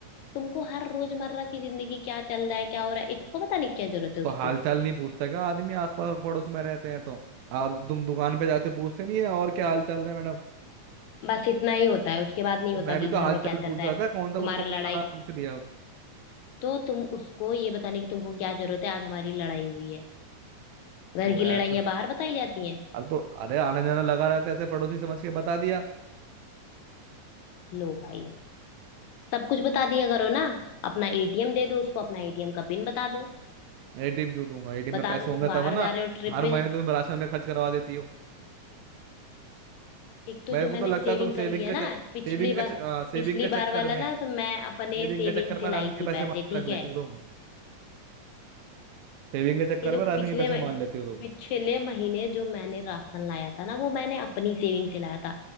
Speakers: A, on the left; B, on the right.
A: तुमको हर रोजमर्रा की जिंदगी क्या चल रहा है क्या हो रहा है इसको पता नहीं क्या जरूरत है
B: तो
A: उसको
B: हाल चाल नहीं पूछता क्या आदमी आसपास और पड़ोस में रहते हैं तो आप तुम दुकान पे जाते हो, पूछते नहीं है और क्या हाल चाल रहा है मैडम
A: बस इतना ही होता है उसके बाद नहीं
B: तो
A: होता
B: मैं भी
A: कि घर
B: तो हाल
A: में क्या
B: चाल पूछ
A: चल रहा
B: रहा
A: है
B: था कौन सा
A: तुम्हारा
B: कुछ कपड़े का
A: लड़ाई
B: नाम पूछ लिया
A: तो तुम उसको ये बताने की तुमको क्या जरूरत है आज हमारी लड़ाई हुई है घर
B: तो
A: की
B: यार
A: लड़ाइयां
B: तो-
A: बाहर बताई जाती हैं
B: अरे तो अरे आना जाना लगा रहता है ऐसे पड़ोसी समझ के बता दिया
A: लो भाई सब कुछ बता दिया करो ना अपना एटीएम दे दो उसको अपना एटीएम का पिन बता दो
B: एटीएम क्यों दूंगा एटीएम
A: बता
B: में पैसे
A: दो
B: होंगे
A: तुम बाहर
B: तब ना
A: जा रहे हो ट्रिप
B: हर
A: पे
B: महीने तो तुम राशन में खर्च करवा देती हो
A: एक तो
B: मेरे
A: जो
B: को
A: मैंने
B: तो लगता
A: सेविंग
B: है तुम सेविंग
A: करी है
B: के
A: ना
B: सेविंग
A: पिछली
B: के
A: बार
B: सेविंग
A: पिछली
B: के
A: बार
B: चक्कर
A: वाला ना
B: में
A: तो मैं अपने
B: सेविंग
A: सेविंग
B: के चक्कर
A: से
B: में
A: लाई
B: राशन के
A: थी
B: पैसे
A: पैसे
B: मार
A: ठीक
B: के रख लेते
A: है
B: हो तुम सेविंग के चक्कर
A: ये जो
B: में राशन
A: पिछले
B: के पैसे
A: मह-
B: मार लेते हो तुम
A: पिछले महीने जो मैंने राशन लाया था ना वो मैंने अपनी सेविंग से लाया था